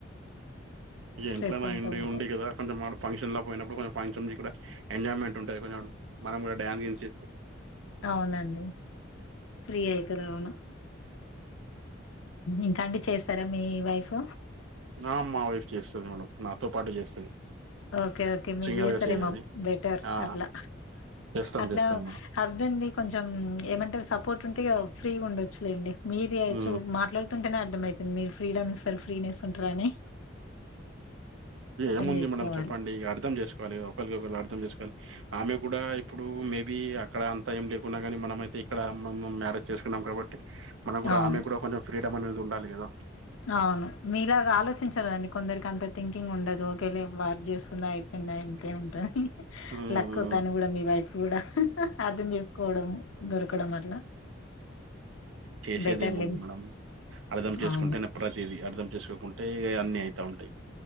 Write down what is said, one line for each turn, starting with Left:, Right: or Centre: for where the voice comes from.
Right: ఈ
Left: స్ట్రెస్
Right: ఇంట్లోనా <unintelligible>
Left: అంతా ఉంటది.
Right: ఉంది గదా కొంచెం ఫంక్షన్ లో పోయినప్పుడు కొంచెం ఫంక్షన్ కూడా ఎంజాయ్మెంట్ ఉంటుంది కొంచం మనం డాన్స్
Left: అవునండి ఫ్రీ అయితది అవును ఇంకా అండి చేస్తారా మీ వైఫ్
Right: ఆ మా వైఫ్ చేస్తది మేడం నాతో పాటు చేస్తది
Left: ఓకే ఓకే మీరు
Right: సింగల్
Left: చేస్తారేమో
Right: గా చెయ్యది
Left: బెటర్
Right: ఆ
Left: అట్లా
Right: చేస్తాం
Left: అట్లా
Right: చేస్తాం మేడం
Left: హస్బెండ్ది కొంచెం ఏమంటారు సపోర్ట్ ఉంటే ఇగ ఫ్రీ ఉండొచ్చులేండి మీది
Right: ఉమ్
Left: చూ మాట్లా అర్థమౌతుంది మీరు ఫ్రీడమ్ ఇస్తారు ఫ్రీనేస్ ఉంటారు అని
Right: ఏముంది
Left: చేసుకోవాలి.
Right: మేడం చెప్పండి ఇగ అర్థం చేసుకోవాలి ఒకరికి ఒకరు అర్థం చేసుకోవాలి ఆమె కూడా ఇప్పుడు మేబి అక్కడ అంత ఏం లేకున్నాగని మనం అయితే ఇక్కడ మ మ్యారేజ్ చేసుకున్నాం కాబట్టి మనం కూడా
Left: అవును.
Right: ఆమె కూడా కొంచెం ఫ్రీడమ్ అనేది ఉండాలి కదా
Left: అవును మీలాగా ఆలోచించాలి కదండి కొందరికి అంత థింకింగ్ ఉండదు ఒకేలే వర్క్ చేస్తుందా అయి ఇంతే ఉంటది
Right: ఉమ్
Left: లక్కు తను కూడా మీ వైఫ్ కూడా అర్థం చేసుకోవడం దొరకడం అట్లా
Right: చేసేది
Left: బెటర్లే
Right: ఏముంది మేడం అర్ధం చేసుకుంటే
Left: అవును
Right: ప్రతిదీ అర్థం చేసుకోకుంటే ఈ అన్ని అయితా ఉంటాయి